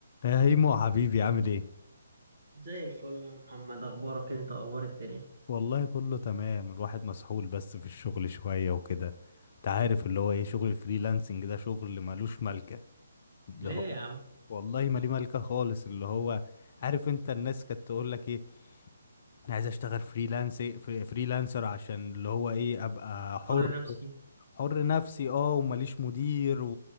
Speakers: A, on the left (about 40°); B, on the right (about 70°).
A: يا هيمو حبيبي عامل ايه
B: زي الفل يا محمد اخبارك انت اخبار الدنيا
A: والله كله تمام الواحد مسحول بس في الشغل شوية وكده انت عارف اللي هو ايه شغل الفريلانسنج ده شغل ملوش ملكة اللي
B: ليه
A: هو
B: يا عم
A: والله ما ليه ملكة خالص اللي هو عارف انت الناس كانت تقول لك ايه انا عايز اشتغل فريلانس فري- فريلانسر عشان اللي هو ايه ابقى حر
B: حر نفسي
A: حر نفسي اه ومليش مدير و...